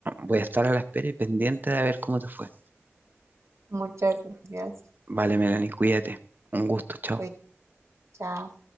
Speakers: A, on the right; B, on the right.
A: Voy a estar a la espera y pendiente de ver cómo te fue.
B: Muchas gracias.
A: Vale, Melanie, cuídate. Un gusto, chao.
B: Cuí- Chao.